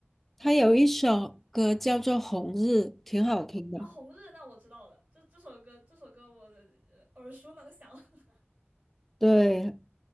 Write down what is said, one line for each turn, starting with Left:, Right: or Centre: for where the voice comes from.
Centre: 他有一首歌叫做《红日》，挺好听的。
Right: 啊？《红日》那我知道了，这这首歌这首歌我的呃耳熟能详。<laughs>
Centre: 对，